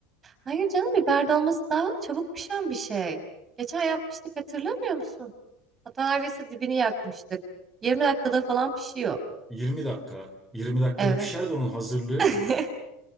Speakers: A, on the right; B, in the centre.
A: Hayır canım biber dolması daha çabuk pişen bir şey. Geçen yapmıştık hatırlamıyor musun? Hatta neredeyse dibini yakmıştık. 20 dakikada falan pişiyor.
B: 20 dakika. 20 dakikada
A: Evet.
B: pişer de onun hazırlığı.
A: <laughs>